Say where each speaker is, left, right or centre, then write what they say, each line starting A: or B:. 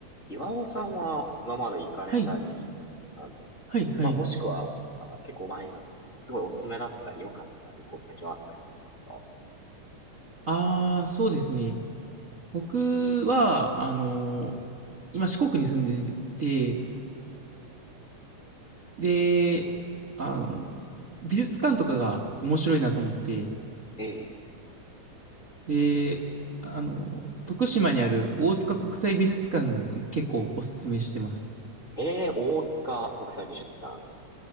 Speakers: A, on the left; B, on the right.
A: 岩尾さんは今まで行かれたり、
B: はい、
A: あの、
B: はい、はい。
A: まあ、もしくは、あ結構前になって、すごいおすすめだったり、良かった旅行先はあったりされますか
B: ああ、そうですね。僕は、あのー今四国に住んでて、で、あのー美術館とかが面白いなと思って、
A: ええ
B: で、あのー徳島にある大塚国際美術館結構おすすめしてます。
A: ええ大塚国際美術館。